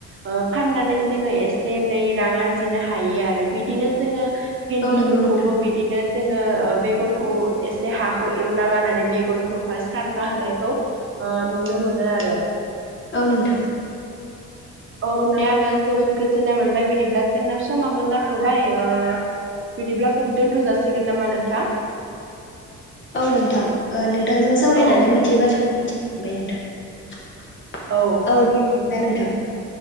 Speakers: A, on the right (about 40°); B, on the left (about 40°).
A: ओ फाननानै जोंङो एसे एसे एनै रां आरजिनो हायो आरो बिदिनो जोंङो भेन्दिफोरखौबो
B: औ नंगौ नोंथां
A: बिदिनो जोंङो ओ बेगरखौ एसे हाखौ एवना लानानै बेगरखौहाय सारना होनायखौ ओ नुनो मोनो आरो
B: औ नोंथां।
A: औ नै आंङो जोबोद गोजोननाय मोनबाय बिदिब्ला जोंना समाबो जाथ'बाय ओ बिदिब्ला दोन्थ' जासिगोन नामा नोंथां?
B: औ नोंथां ओ नोंथांजों सावरायनानै
A: औ
B: मोनथियि बाथ्रा बे नोंथां
A: औ
B: औ दे बिदिब्ला नोंथां।